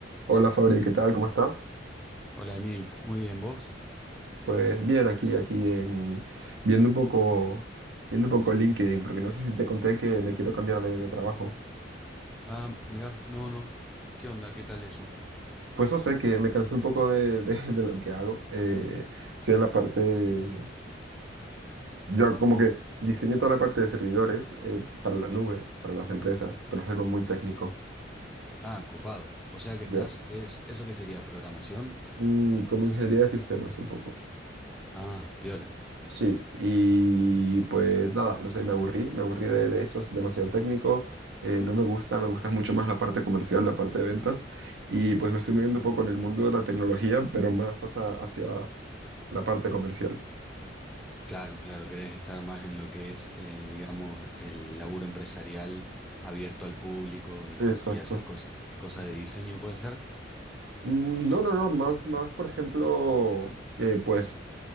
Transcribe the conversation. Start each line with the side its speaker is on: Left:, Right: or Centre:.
Right: Hola Fabri, ¿qué tal? ¿Cómo estás?
Centre: Hola Emil, muy bien, ¿vos?
Right: Pues bien, aquí, aquí en viendo un poco, viendo un poco LinkedIn, porque no sé si te conté que me quiero cambiar de, de trabajo.
Centre: Ah, mirá, no, no. ¿Qué onda? ¿Qué tal eso?
Right: Pues no sé, que me cansé un poco de, de- <laughs> de lo que hago. Eh, sea en la parte, de- yo como que diseño toda la parte de servidores eh, para la nube, para las empresas, pero es algo muy técnico.
Centre: Ah, copado. O sea que estás,
Right: Ya.
Centre: es, ¿eso qué sería? ¿Programación?
Right: Mm, como ingeniería de sistemas un poco.
Centre: Ah, piola.
Right: Sí, y pues nada, no sé, me aburrí, me aburrí de, de eso, es demasiado técnico, eh, no me gusta, me gusta mucho más la parte comercial, la parte de ventas, y pues me estoy moviendo un poco en el mundo de la tecnología, pero más hacia, hacia la parte comercial.
Centre: Claro, claro, querés estar más en lo que es, eh, digamos, el laburo empresarial abierto al público y,
Right: Exacto.
Centre: y hacer cosas. Cosas
Right: Es-
Centre: de diseño puede ser.
Right: Mm, No, no, no, más, más, por ejemplo, eh, pues